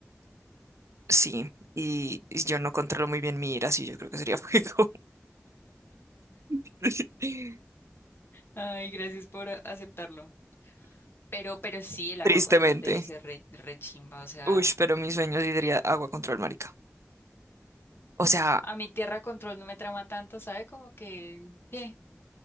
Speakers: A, on the right; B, on the left.
A: sí, y, y yo no controlo muy bien mi ira, sí, yo creo que sería fuego, <laughs>
B: Ay, gracias por a- aceptarlo. Pero, pero sí, el
A: tristemente.
B: agua control debe ser re, re chimba, o sea,
A: Uy, pero mi sueño sí sería agua control, marica. O sea,
B: a mi tierra control no me trama tanto, ¿sabe? Como que, ¿qué?